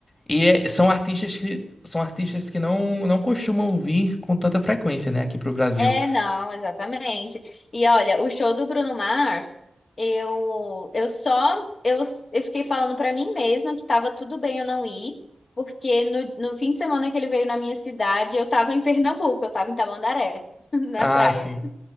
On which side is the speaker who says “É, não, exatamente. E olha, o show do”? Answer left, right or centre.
Left